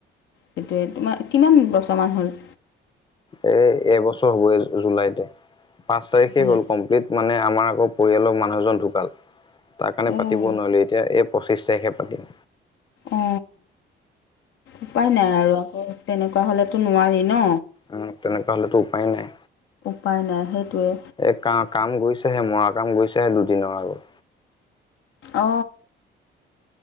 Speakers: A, on the left; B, on the left.
A: সেইটোৱে তোমাৰ কিমান বছৰমান হ'ল
B: এ এবছৰ হবই জুলাইতে পাঁচ তাৰিখে
A: অজিলাত
B: হ'ল কমপ্লিট মানে আমাৰ আকৌ পৰিয়ালৰ মানুহ এজন ঢুকাল তাৰ কাৰণে
A: অঁ
B: পাতিব নোৱাৰিলো এতিয়া এই পঁচিছ তাৰিখে পাতিম
A: অ উপায় নাই আৰু আকৌ তেনেকুৱা হ'লেতো নোৱাৰি ন
B: উ তেনেককা হলেতো উপায় নাই
A: উপায় নাই সেইটোৱে
B: এ ক কাম গৈছো হে মৰা কাম গৈছে দুদিনৰ আগত
A: অ